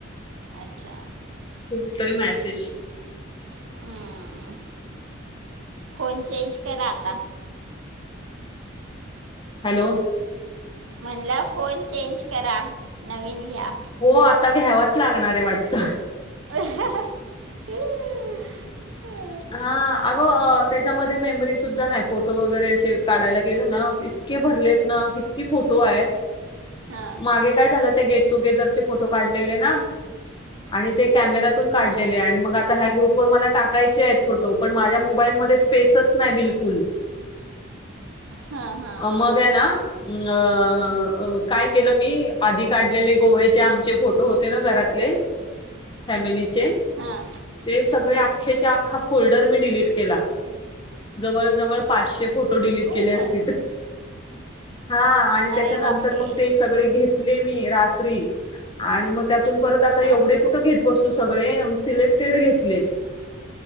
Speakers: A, on the right (about 80°); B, on the left (about 25°).
A: अच्छा
B: कुणीतरी मॅसेज
A: हम्म फोन चेंज करा आता.
B: हॅलो
A: म्हणलं फोन चेंज करा नवीन घ्या.
B: हो आता घ्यावाच लागणार आहे वाटतं.
A: अहहह ह्
B: हा अगं अ त्याच्यामध्ये मेमरी सुद्धा नाही फोटो वगैरे असे काढायला गेलो ना कि इतके भरलेत ना, किती फोटो आहेत,
A: हां
B: मागे काय झालं ते गेटटुगेदर चे फोटो काढलेले ना आणि ते कॅमेरातून काढलेले
A: हां
B: आणि मग आता ह्या ग्रुपवर मला टाकायचेएत फोटो पण माझ्या मोबाईल मध्ये स्पेसच नाय बिलकुल.
A: हां हां
B: अ
A: हां
B: मग हे
A: हां
B: ना न, अ अ काय केलं मी, आधी काढलेले गोव्याचे आमचे फोटो होते ना, घरातले फॅमिलीचे,
A: हां
B: ते सगळे आख्खेच्या आख हा फोल्डर मी डिलीट केला जवळ जवळ पाचशे फोट तो डिलीट
A: हो
B: केले असतील.
A: काय
B: हा आणि त्याच्यानंतर,
A: अरे बापरे
B: मग ते सगळे घेतले मी रात्री आणि म त्या म परत आता
A: हां
B: एवढे कुठं घेत बसू सगळे सिलेक्टेड घेतले.